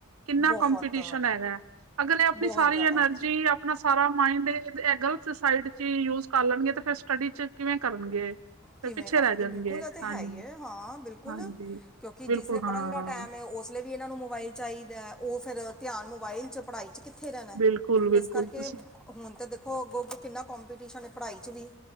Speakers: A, on the right; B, in the centre.
A: ਕਿੰਨਾ
B: ਬਹੁਤ
A: ਕੰਪੀਟੀਸ਼ਨ ਹੈਗਾ। ਅਗਲੇ ਆਪਨੀ
B: ਬਹੁਤ
A: ਸਾਰੀ
B: ਜ਼ਿਆਦਾ
A: ਐਨਰਜੀ ਆਪਨਾ ਸਾਰਾ ਮਾਇੰਡ ਏ-ਏ ਗੱਲ ਸੁਸਾਈਡ ਚ ਯੂਜ ਕਰ ਲੈਨਗੇ ਤੇ ਫੇਰ ਸਟੱਡੀ ਚ ਕਿਵੇਂ ਕਰਨਗੇ? ਫਿਰ
B: ਕਿਵੇਂ
A: ਪਿੱਛੇ
B: ਕਰਨਗੇ
A: ਰਹਿ ਜਾਣਗੇ
B: ਬਿਲਕੁਲ ਏ ਤੇ
A: ਹਾਂਜੀ
B: ਹੈ ਈ ਐ ਹਾਂ ਬਿਲਕੁਲ
A: ਹਾਂਜੀ
B: ਕਿਓਂਕਿ ਜਿਸ
A: ਬਿਲਕੁਲ
B: ਵੇਲੇ ਪੜਨ
A: ਹਾਂ
B: ਦਾ ਟੈਮ ਐ ਓਸ ਵੇਲੇ ਵੀ ਏਨਾਂ ਨੂੰ ਮੋਬਾਈਲ ਚਾਈਦਾ ਓ ਫੇਰ ਧਿਆਨ ਮੋਬਾਈਲ ਚ ਪੜਾਈ ਚ ਕਿੱਥੇ ਰੈਨਾ,
A: ਬਿਲਕੁਲ ਬਿਲਕੁਲ
B: ਏਸ ਕਰਕੇ
A: ਤੁਸੀਂ
B: ਹੁਨ ਤੇ ਦੇਖੋ ਅੱਗੋਂ-ਅੱਗੋਂ ਕਿੰਨਾ ਕੋਂਪੀਟੀਸ਼ਨ ਐ ਪੜ੍ਹਾਈ ਚ ਵੀ,